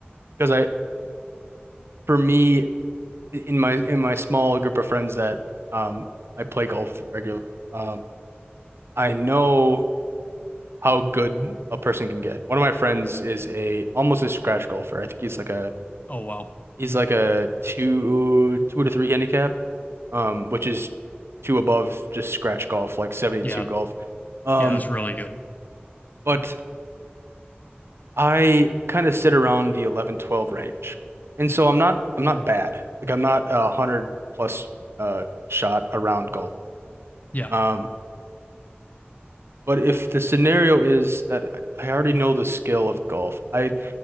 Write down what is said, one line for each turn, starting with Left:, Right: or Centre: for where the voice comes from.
Right: because I for me in my in my small group of friends that um I play golf with regularly, um I know how good a person can get. One of my friends is a almost a scratch golfer. I think he's like a
Left: Oh wow.
Right: he's like a two two to three handicap, um, which is two above just scratch golf, like 72
Left: Yeah.
Right: golf. Um,
Left: Yeah, that's really good.
Right: but I kind of sit around the 11 12 range. And so I'm not I'm not bad. Like I'm not a hundred plus uh shot around golf.
Left: Yeah.
Right: Um, But if the scenario is that I already know the skill of golf, I